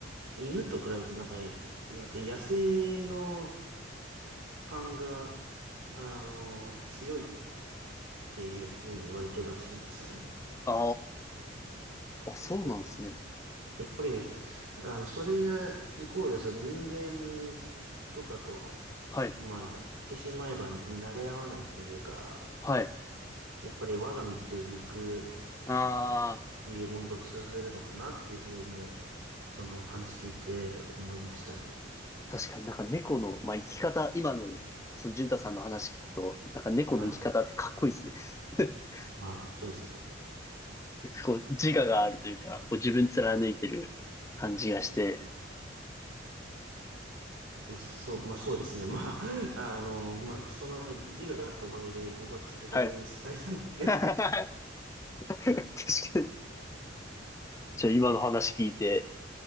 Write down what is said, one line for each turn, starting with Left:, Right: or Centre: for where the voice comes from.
Right: 犬と比べてなんか、なんか野生の感が、あの、強いっていう風に言われてるらしいんですよね。
Left: ああ、あ、そうなんですね。
Right: や、やっぱり、あの、それイコール、その人間とかと、
Left: はい。
Right: まあ、言ってしまえば慣れ合わないというか、
Left: はい。
Right: やっぱり我が道を行く、
Left: ああ、
Right: いうものと通ずるのかなっていうふうに、その話聞いて思いましたね。
Left: 確かになんか猫の、まあ、生き方、今の、その、淳太さんの話聞くと、なんか猫の生き方ってかっこいいですね。
Right: はい。
Left: <laughs>
Right: まあ、そうですね。
Left: こう、自我があるというか、こう自分貫いてる感じがして。
Right: まあ、そう、まあ、そうですね。まあ、<laughs> あの、まあ、その自我があったおかげで僕は爪とぎ台にされたんですけど。
Left: はい。<laughs> 確かに。じゃあ今の話聞いて、